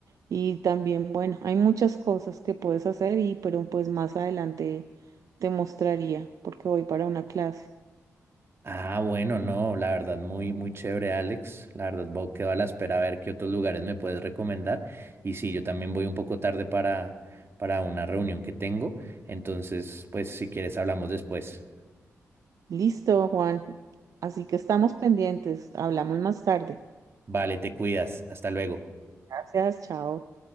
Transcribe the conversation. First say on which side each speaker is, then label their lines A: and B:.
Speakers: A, on the right (about 70°); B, on the right (about 45°).
A: Y también, bueno, hay muchas cosas que puedes hacer y pero pues más adelante te mostraría porque voy para una clase.
B: Ah, bueno, no, la verdad, muy, muy chévere, Alex. La verdad, vo- quedo a la espera a ver qué otros lugares me puedes recomendar. Y sí, yo también voy un poco tarde para, para una reunión que tengo. Entonces, pues, si quieres, hablamos después.
A: Listo, Juan. Así que estamos pendientes. Hablamos más tarde.
B: Vale, te cuidas. Hasta luego.
A: Gracias, chao.